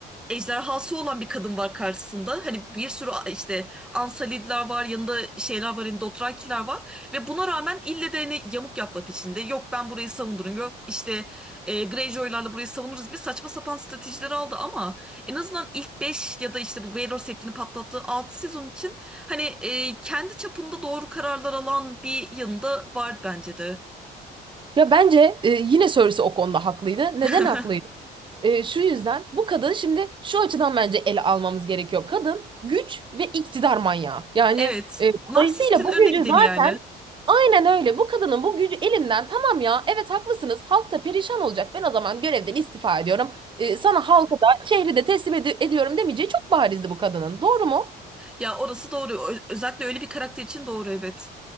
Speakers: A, in the centre; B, on the right (about 30°).
A: ejderhası olan bir kadın var karşısında. Hani bir sürü işte Ansalidler var, yanında şeyler var, hani Dothrakiler var. Ve buna rağmen ille de hani yamuk yapma peşinde. Yok ben burayı savunurum, yok işte e, Greyjoy'larla burayı savunuruz gibi saçma sapan stratejiler aldı ama en azından ilk 5 ya da işte bu Baelor Septi'ni patlattığı 6 sezon için hani e, kendi çapında doğru kararlar alan bir yanında var bence de.
B: Ya bence e, yine Cersei o konuda haklıydı. Neden
A: <laughs>
B: haklıydı? E, şu yüzden bu kadın şimdi şu açıdan bence ele almamız gerekiyor. Kadın güç ve iktidar manyağı. Yani
A: Evet.
B: e, dolayısıyla
A: Narsistin
B: bu
A: önde
B: gücü
A: gideni
B: zaten
A: yani.
B: aynen öyle. Bu kadının bu gücü elinden tamam ya evet haklısınız halk da perişan olacak. Ben o zaman görevden istifa ediyorum. E, sana halkı da şehri de teslim edi- ediyorum demeyeceği çok barizdi bu kadının. Doğru mu?
A: Ya orası doğru. Ö- özellikle öyle bir karakter için doğru evet.